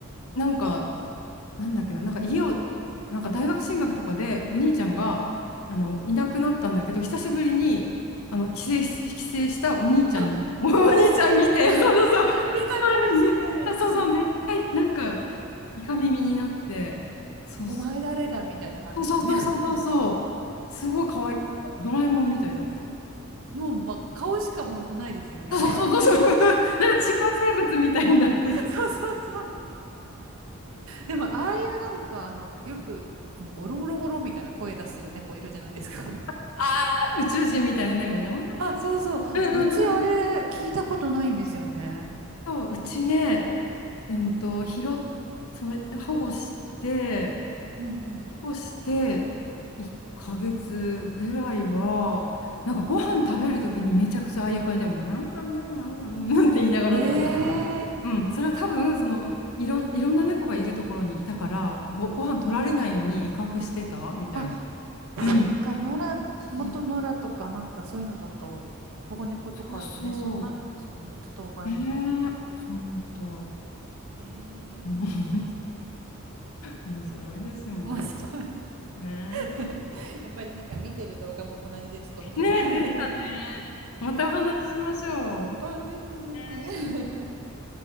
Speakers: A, on the right; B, on the left.
A: ー
B: なんかなんだっけな、なんか家を、なんか大学進学とかでお兄ちゃんがあのいなくなったんだけど、久しぶりにあの帰省し、帰省したお兄ちゃんに、
A: あ私、
B: <laughs> お兄ちゃん見て、
A: それ <laughs>
B: <laughs> そうそうそう、
A: 見たかもしれないです。
B: それでめっちゃ、そうそう、めっちゃなんかイカ耳になって、そうそ
A: お前誰だみたいな感じですよね。
B: うそうそうそうそうそう、
A: <laughs>
B: すごい可愛かった。ドラえもんみたいだった。
A: もう、まあ、顔しか本当ないですよね、
B: そうそうそうそう、
A: あれ。
B: <laughs> なんか違う生物みたいになってて、
A: <laughs> そうそうそう。でも、ああいうなんか、あの、よく、あのボロボロボロみたいな声出す猫いるじゃないですか。
B: ああ、宇宙人みたいなね、うやうや
A: あ、そうそう。
B: うんうんうんうん。
A: うちあれ聞いたことないんですよね。
B: そう、うちね、うんと、拾っ、その、保護して、
A: うんうん。
B: 保護して、1ヶ月ぐらいは、なんかご飯食べるときにめちゃくちゃああいう感じで、ニャンニャンニャンニャンニャンなんて言いながら食べて、
A: ええ
B: うん、それは多分、その、いろん、いろんな猫がいるところにいたから、ご、ご飯取られないように威嚇してたみたいな。
A: あ、
B: うん。
A: そっか、野良、
B: し
A: 元野良とかなんかそういうのだと、保護猫とかだとね、
B: そうそ
A: そうなるんですかね。多頭飼いみたいな。
B: う。ねえ、そうみたい。
A: ええ
B: うん <laughs> 面白いですよね。
A: 面白い。
B: ねえ。
A: <laughs> やっぱりなんか見てる動画も同じでちょっと面白かったです。
B: ね、でしたね。
A: <laughs>
B: またお話ししましょう。
A: あ、ぜひぜひ。
B: ね、
A: <laughs>